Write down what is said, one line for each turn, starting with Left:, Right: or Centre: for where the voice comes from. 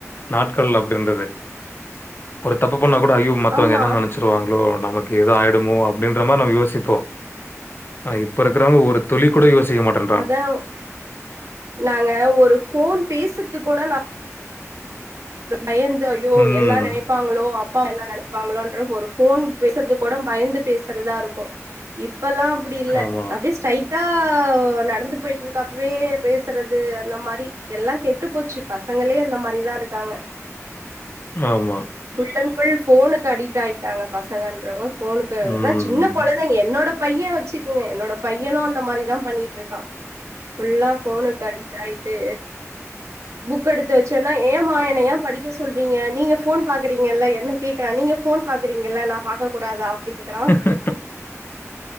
Left: நாட்கள் அப்டி இருந்தது ஒரு தப்பு பண்ணா கூட ஐயோ மத்தவங்க
Right: ஆமா
Left: என்ன நினைச்சருவாங்களோ நமக்கு எதோ ஆயிடுமோ அப்படின்ற மாதிரி நம்மயோசி இப்போ இப்ப இருக்கிறவங்க ஒரு துளி கூட யோசிக்க மாட்றாங்க
Right: அத நாங்க ஒரு ஃபோன் பேசுறது கூட நான் பயந்து அயோ
Left: ம்.
Right: எல்லாம் நினை பாப்பாங்களோ அப்பா என்ன நினைப்பாங்களோ ன்ற ஒரு ஃபோன் பேசுறது கூட பயந்து பேசுறதா இருக்கும் இப்பெல்லாம் அப்டி இல்ல
Left: ஆமா,
Right: அப்படி ஸ்ட்ரைட்டா நடந்து போயிட்டு இருக்கு பேசுறது அந்த மாதிரி எல்லாம் கெட்டு போச்சு பசங்களே அந்த மாதிரிதான் இருக்காங்க
Left: ஆமாம்
Right: ஃபுல்ல அன் ஃபுல் ஃபோனுக்கு அடிக்ட் ஆயிட்டாங்க பசங்கன்றவங்க போனுக்கு
Left: ம்.
Right: அத சின்ன குழந்தை டிதா என்னோட பைய வச்சுக்குங்க என்னோட பையனு அந்த மாரிதா பண்ணிட்டு இருக்கா ஃபுல்லா போனு கட் ஆயிட்டு புக்க எடுத்து வச்சு சொன்னா ஏமா என்ன ஏ படிக்க சொல்றீங்க நீங்க போன் பாக்குறீஙகள என்ன கேக்குறா நீங்க போன் பாகிறீங்கள நா பாக்கக் கூடாதா அப்டிங்கறா
Left: ஆ.